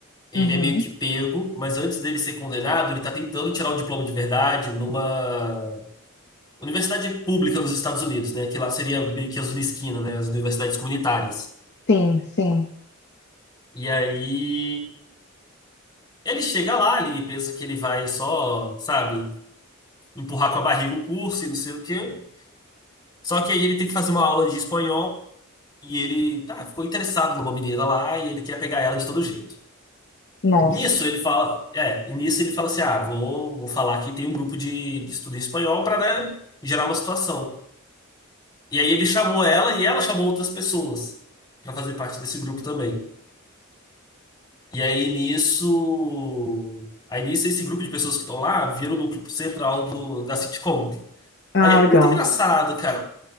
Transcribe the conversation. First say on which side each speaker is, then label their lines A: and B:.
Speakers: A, on the left; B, on the left.
A: Ele
B: Uhum.
A: é meio que pego, mas antes dele ser condenado, ele tá tentando tirar o diploma de verdade numa Universidade pública nos Estados Unidos, né? Que lá seria meio que as Unisquina, né? As universidades comunitárias.
B: Sim, sim.
A: E aí ele chega lá, ele pensa que ele vai só, sabe, empurrar com a barriga o curso e não sei o quê. Só que aí ele tem que fazer uma aula de espanhol e ele, tá, ficou interessado numa menina lá e ele quer pegar ela de todo jeito.
B: Nossa.
A: Nisso ele fala, é, e nisso ele fala assim: ah, vou, vou falar que tem um grupo de, de estudo em espanhol para, né, gerar uma situação. E aí ele chamou ela e ela chamou outras pessoas pra fazer parte desse grupo também. E aí nisso, aí nisso esse grupo de pessoas que estão lá viram o núcleo central do, da sitcom.
B: Ah,
A: Aí é
B: legal.
A: muito engraçado, cara.